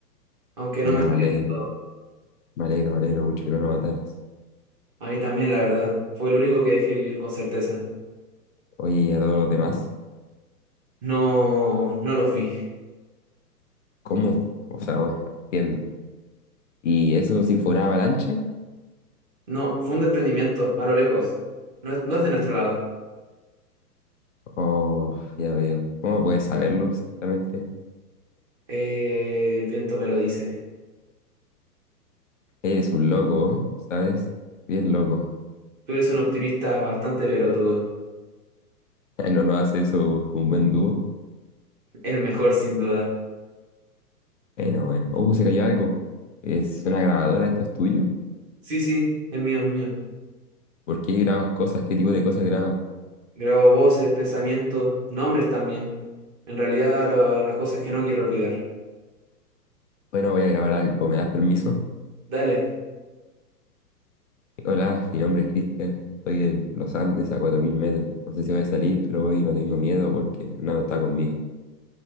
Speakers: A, on the right; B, on the left.
A: aunque
B: Bueno,
A: no me salió
B: me alegro,
A: del todo.
B: me alegro, me alegro mucho que no lo mataras.
A: A mí también, la verdad, fue el único que dejé vivir con certeza.
B: Oye, ¿y a todos los demás?
A: No, no los vi.
B: ¿Cómo? O sea, bueno, entiendo. ¿Y eso si fuera avalancha?
A: No, fue un desprendimiento, a lo lejos. No, es no es de nuestro lado.
B: Oh, ya veo. ¿Cómo puedes saberlo exactamente?
A: Eh, el viento me lo dice.
B: Eres un loco, ¿eh? ¿sabes? Bien loco. <laughs>
A: Tú eres un optimista bastante pelotudo.
B: No nos hace eso un buen dúo.
A: El mejor, sin duda.
B: Bueno, bueno. Uh, se cayó algo. ¿Es una grabadora? ¿Esto es tuyo?
A: Sí, sí, es mío, es mío.
B: ¿Por qué grabas cosas? ¿Qué tipo de cosas grabas?
A: Grabo voces, pensamientos, nombres también. En realidad, lo- las cosas que no quiero olvidar.
B: Bueno, voy a grabar algo. ¿Me das permiso?
A: Dale.
B: Hola, mi nombre es Cristian. Estoy en los Andes a 4.000 metros. No sé si voy a salir, pero hoy no tengo miedo porque Fernando está conmigo.